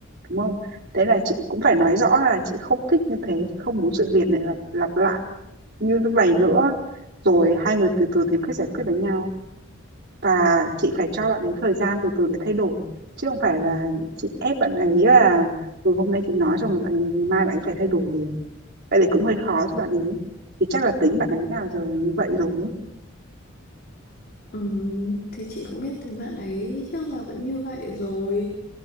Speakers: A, on the right; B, on the left.
A: đúng không thế là chị cũng phải nói rõ là chị không thích như thế chị không muốn sự việc này lặp lặp lại như vậy nữa rồi hai người từ từ tìm cách giải quyết với nhau và chị phải cho bạn ấy thời gian từ từ để thay đổi chứ không phải là chị ép bạn ấy là từ hôm nay chị nói xong rồi bạn ấy, ngày mai bạn ấy phải thay đổi liền vậy thì cũng hơi khó cho bạn ấy thì chắc là tính bạn ấy nào giờ như vậy rồi ấy.
B: Ừm, thì chị cũng biết tính bạn ấy trước là vẫn như vậy rồi